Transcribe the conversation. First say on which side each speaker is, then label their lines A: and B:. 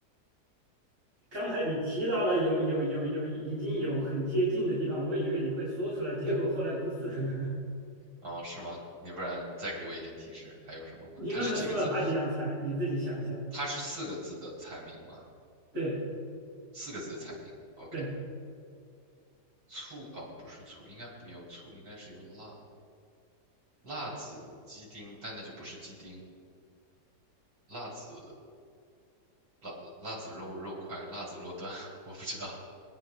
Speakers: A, on the right; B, on the right.
A: 刚才你提到了有有有有已经有很接近的地方，我以为你会说出来，结果后来不是。<laughs>
B: 哦，是吗？你不然再给我一点提示，还有什么吗？
A: 你刚才说了哪几样菜？
B: 它是几个字？
A: 你自己想一下。
B: 它是四个字的菜名吗？
A: 对
B: 四个字的菜名。OK，
A: 对，
B: 醋哦，不是醋，应该没有醋，应该是有辣。辣子鸡丁，但那就不是鸡丁，辣子辣辣子肉肉块，辣子肉段，<laughs> 我不知道。